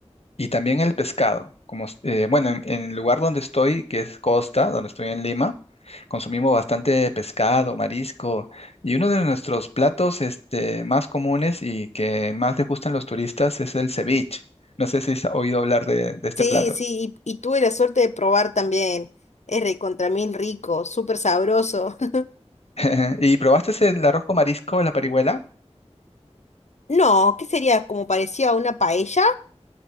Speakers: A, on the left; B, on the left.
A: Y también el pescado. Como, s- eh, bueno, en, en el lugar donde estoy, que es Costa, donde estoy en Lima, consumimos bastante pescado, marisco. Y uno de nuestros platos este, más comunes y que más les gustan los turistas es el ceviche. No sé si has oído hablar de, de este
B: sí,
A: plato.
B: sí, y, y tuve la suerte de probar también. Es recontra mil rico, súper sabroso. <laughs>
A: <laughs> ¿Y probaste el arroz con marisco, la parihuela?
B: No, ¿qué sería? ¿Como parecía a una paella?